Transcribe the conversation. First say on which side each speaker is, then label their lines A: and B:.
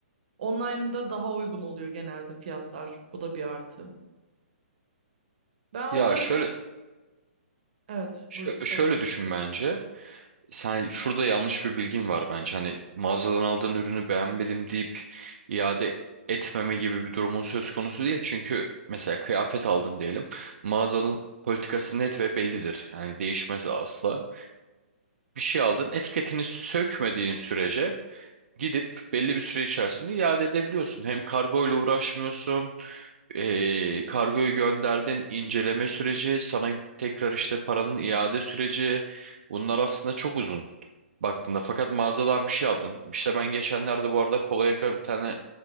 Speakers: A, on the right; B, on the right.
A: Online'da daha uygun oluyor genelde fiyatlar. Bu da bir artı. Ben
B: Ya
A: o yüzden
B: şöyle
A: evet
B: şö-
A: bu söyle.
B: şöyle düşün bence. Sen şurada yanlış bir bilgin var bence. Hani mağazadan aldığın ürünü beğenmedim deyip iade etmeme gibi bir durumun söz konusu değil. Çünkü mesela kıyafet aldın diyelim. Mağazanın politikası net ve bellidir. Yani değişmez asla. Bir şey aldın, etiketini sökmediğin sürece gidip belli bir süre içerisinde iade edebiliyorsun. Hem kargo ile uğraşmıyorsun. eee, kargoyu gönderdin, inceleme süreci, sana tekrar işte paranın iade süreci. Bunlar aslında çok uzun baktığında. Fakat mağazadan bir şey aldın. İşte ben geçenlerde bu arada polo yaka bir tane